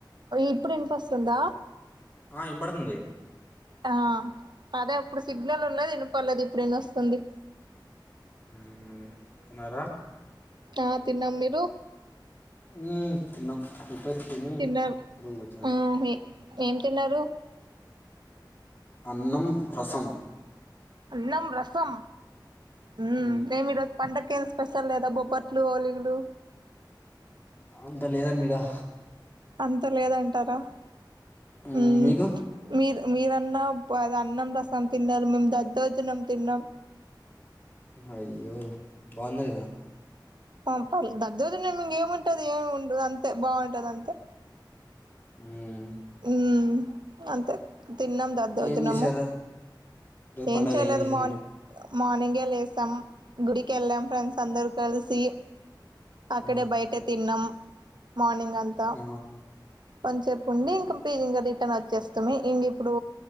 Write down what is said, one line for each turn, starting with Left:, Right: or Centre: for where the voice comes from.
Right: ఇప్పుడు ఎనిపిస్తుందా
Left: ఆ ఇనబడుతుంది
Right: ఆ అదే ఇప్పుడు సిగ్నల్ ఉండదు వినిపర్లేదు ఇప్పుడు ఎన్ని వస్తుంది
Left: హ అదే తిన్నారా
Right: ఆ తిన్నాం మీరు
Left: ఉ తిన్నాం ఇప్పుడే తిని
Right: తిన్నారు
Left: రూమ్ కొచ్చిన
Right: ఆ ఏం తిన్నారు
Left: అన్నం రసం
Right: అన్నం రసం హ
Left: మ్మ్
Right: నమిర పండక ఏం స్పెషల్ లేదా బొబ్బట్లు హోలీగులు
Left: అంతా లేదండీ ఇడా
Right: అంత లేదంటారా
Left: హ్మ్
Right: మ్మ్
Left: మీకు
Right: మీరు మీరన్నా అది అన్నం రసం తిన్నారు మేము దద్దోజనం తిన్నాం
Left: అయ్యో బాగుంద లేదా
Right: తంతల్ దద్దోజనే మ ఏముంటది ఏమి ఉండదు అంతే బాగుంటది అంతే
Left: ఊమ్
Right: మ్మ్ అంతే తిన్నాం దద్దోజనము
Left: ఏం చేశారు ఈరోజు
Right: ఏం
Left: పండగ
Right: చేయలేదు
Left: చేశారండి
Right: మార్ని మార్నింగే లేసాం గుడికి ఎళ్ళాం ఫ్రెండ్స్ అందరు కలిసి అక్కడే
Left: ఆ
Right: బయటె తిన్నాం మార్నింగ్ అంతా
Left: ఆ
Right: కొనిసేపు ఉండి కన్పి ఇంగ రిటర్న్ వచ్చేస్తిమి ఇంగిప్పుడు